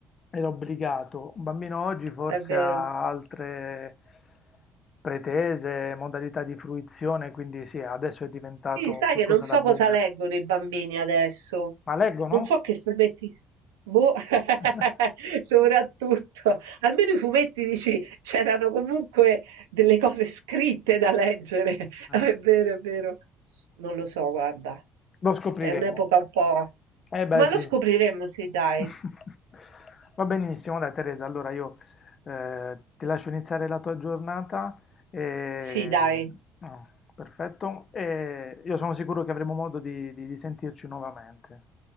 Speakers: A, on the left; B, on the right.
A: era obbligato. Un bambino oggi forse
B: è vero.
A: ha altre pretese, modalità di fruizione, quindi sì, adesso è diventato
B: Sì, sai
A: qualcosa
B: che non so
A: da boomer.
B: cosa leggono i bambini adesso.
A: Ma leggono?
B: Non so che fumetti. Boh, <laughs>
A: <laughs>
B: soprattutto. Almeno i fumetti dici, c'erano comunque delle cose scritte da leggere. <laughs>
A: Eh.
B: Ah, È vero, è vero. Non lo so, guarda.
A: Lo scopriremo.
B: È un'epoca un po'.
A: Eh beh,
B: Ma
A: sì.
B: lo scopriremo, sì, dai.
A: <laughs> Va benissimo, dai Teresa, allora io eh, ti lascio iniziare la tua giornata e...
B: Sì, dai.
A: no, perfetto, e io sono sicuro che avremo modo di di- di sentirci nuovamente.